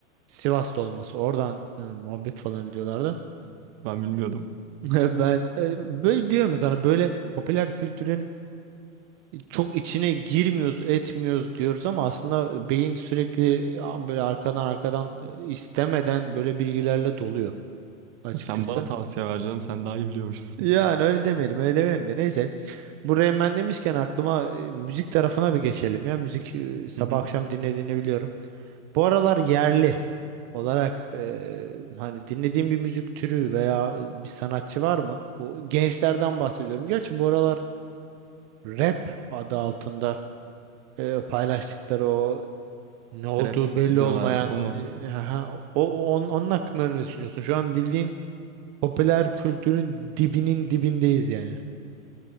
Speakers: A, on the right; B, on the right.
A: Sivas'ta olması. Oradan e, muhabbet falan ediyorlar da.
B: Ben bilmiyordum.
A: <laughs> Ben e, böyle diyorum ya sana böyle popüler kültürün çok içine girmiyoruz, etmiyoruz diyoruz ama aslında beyin sürekli ya, böyle arkadan arkadan e, istemeden böyle bilgilerle doluyor açıkçası.
B: Sen bana tavsiye ver canım, sen daha iyi biliyormuşsun.
A: Yani öyle demeyelim, öyle demeyelim de neyse. Bu Rain Man demişken aklıma e, müzik tarafına bir geçelim ya. Müzik e, sabah
B: <laughs> Hı hı.
A: akşam dinlediğini biliyorum. Bu aralar yerli olarak e, hani dinlediğim bir müzik türü veya e, bir sanatçı var mı? Bu gençlerden bahsediyorum. Gerçi bu aralar rap adı altında e, paylaştıkları o ne olduğu
B: Trap
A: belli
B: diyorlardı
A: olmayan
B: o mu?
A: e, aha, o, o- onun, onun hakkında ne düşünüyorsun? Şu an bildiğin popüler kültürün dibinin dibindeyiz yani.